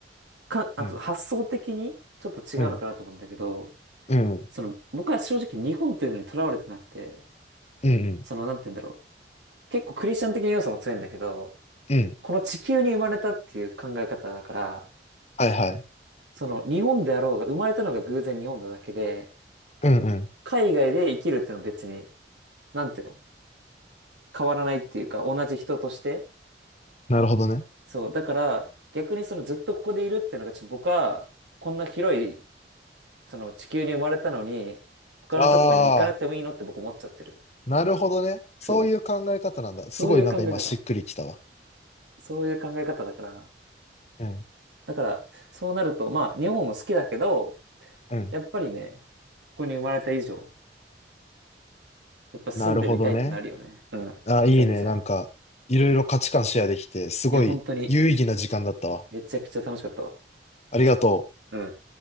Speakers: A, on the right (about 90°); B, on the left (about 40°).
A: か、あと発想的にちょっと違うのかなと思うんだけど、
B: うん。うんうん。
A: その、僕は正直日本っていうのにとらわれてなくて、
B: うんうん。
A: その、なんて言うんだろう。結構クリスチャン的な要素も強いんだけど、
B: うん。
A: この地球に生まれたっていう考え方だから、
B: はいはい。
A: その、日本であろうが、生まれたのが偶然日本なだけで、
B: うんうん。
A: 海外で生きるっていうのは別に、なんていうの変わらないっていうか、同じ人として。
B: なるほどね。
A: そう、だから、逆にそのずっとここでいるっていうのが、ちょっと僕は、こんな広い、その地球に生まれたのに、他のところに行かなくてもいいのって僕思っちゃってる。
B: ああ、なるほどね。そういう考え方なんだ。
A: そう。
B: すごいなんか今しっくりきたわ。
A: そういう考え方。そういう考え方だから、
B: うん。
A: だから、そうなると、まあ、日本も好きだけど、
B: うん。
A: やっぱりね、ここに生まれた以上、やっぱ住んでみたいってなるよね。
B: なるほどね。
A: うん。
B: あーいいね。
A: 全然。
B: なんか、いろいろ価値観シェアできて、すごい有意義な時間だったわ。
A: いや、本当に、めちゃくちゃ楽しかったわ。
B: ありがとう。
A: うん。